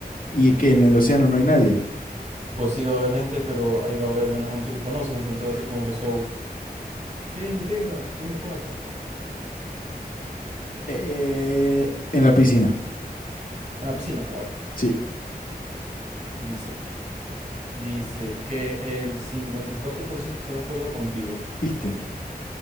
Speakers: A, on the left; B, on the right.
A: Y que en el océano no hay nadie.
B: Pues sí va a haber gente, pero ahí va a haber menos gente que conoces, entonces va a ser como que show. Miren mi pinga, no me importa.
A: Eh, en la piscina.
B: En la piscina, vamos a ver.
A: Sí,
B: Dice, dice que el 54% está de acuerdo contigo.
A: viste,